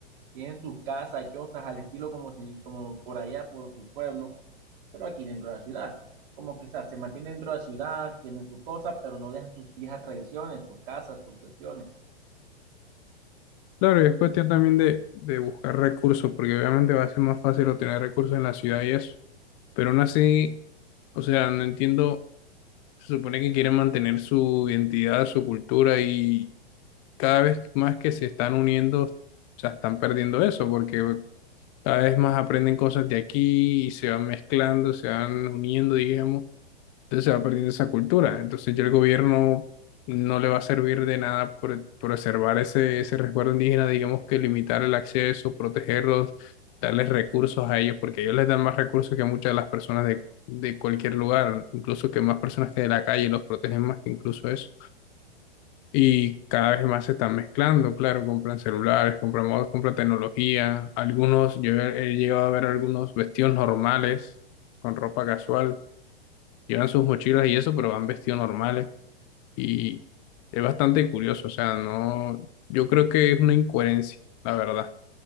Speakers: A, on the right; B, on the left.
A: tienen sus casas, chozas, al estilo como si, como por allá, por su pueblo, pero aquí dentro de la ciudad. Como que, o sea, se mantienen dentro de la ciudad, tienen sus cosas, pero no dejan sus viejas tradiciones, sus casas, sus cuestiones.
B: Claro, y es cuestión también de, de buscar recursos, porque obviamente va a ser más fácil obtener recursos en la ciudad y eso. Pero aún así, o sea, no entiendo, se supone que quieren mantener su identidad, su cultura, y cada vez más que se están uniendo, o sea, están perdiendo eso, porque cada vez más aprenden cosas de aquí y se van mezclando, se van uniendo, digamos. Entonces se va perdiendo esa cultura. Entonces ya el gobierno no le va a servir de nada por preservar ese, ese resguardo indígena, digamos que limitar el acceso, protegerlos, darles recursos a ellos, porque ellos les dan más recursos que muchas de las personas de, de cualquier lugar, incluso que más personas que de la calle, los protegen más que incluso eso. Y cada vez más se están mezclando, claro, compran celulares, compran modos, compran tecnología. Algunos, yo he he llegado a ver algunos vestidos normales con ropa casual llevan sus mochilas y eso, pero van vestidos normales y es bastante curioso, o sea, no, yo creo que es una incoherencia, la verdad.